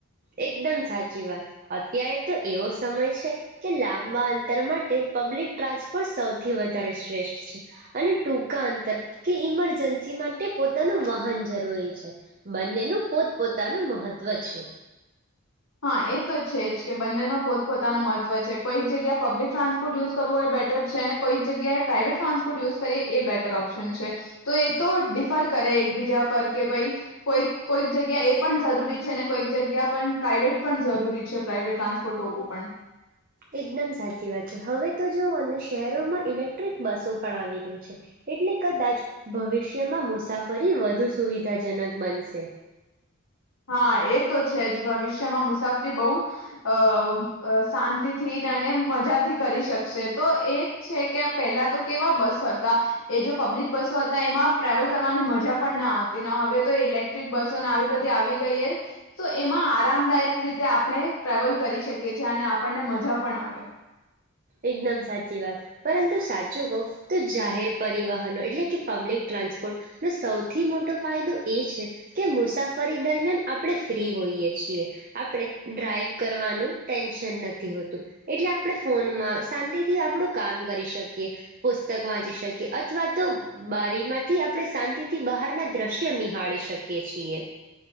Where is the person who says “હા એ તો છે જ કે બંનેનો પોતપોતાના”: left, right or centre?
Left